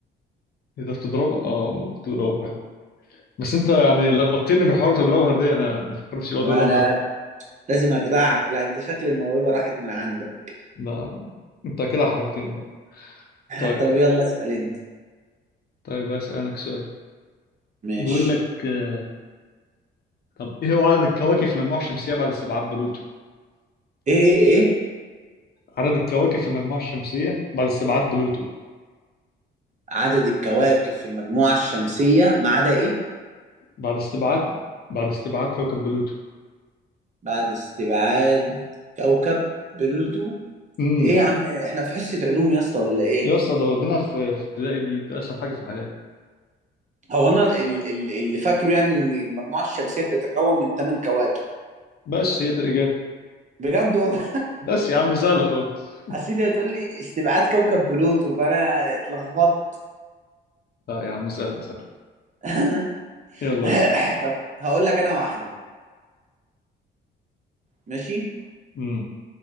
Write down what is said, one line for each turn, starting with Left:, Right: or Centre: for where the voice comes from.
Left: إيه ده بتضربها اه ممكن تضربها فعلا بس انت يعني لخبطتني بحوار تضربها دي انا ما فكرتش لو
Right: انا
Left: تضربها
Right: لازم اخدعك لا انت شكل الموهبه راحت من عندك
Left: ده انت كده حركتني بقى
Right: <laughs>
Left: طيب
Right: طب يلا اسال انت
Left: طيب اسالك سؤال
Right: ماشي
Left: بقول لك آه، طب ايه هو عدد الكواكب في المجموعه الشمسيه بعد استبعاد بلوتو
Right: ايه ايه ايه
Left: عدد الكواكب في المجموعه الشمسيه بعد استبعاد بلوتو
Right: عدد الكواكب في المجموعه الشمسيه ما عدا ايه
Left: بعد استبعاد بعد استبعاد كوكب بلوتو
Right: بعد استبعاد كوكب بلوتو
Left: امم
Right: ايه يا عم احنا في حصه علوم يا اسطى ولا ايه
Left: يا اسطى ده واخدينها في في ابتدائي دي ده اسهل حاجه في الحياه
Right: هو انا ال- ال- اللي فاكره يعني ان المجموعه الشمسيه بتتكون من 8 كواكب
Left: بس هي دي الاجابه
Right: بجد والله
Left: بس يا عم سهله خالص
Right: <laughs> اصل انت بتقول لي استبعاد كوكب بلوتو فانا اتلخبطت
Left: لا يا عم سهله سهله
Right: <laughs>
Left: يلا
Right: <coughs> طب هقول لك انا واحده ماشي
Left: امم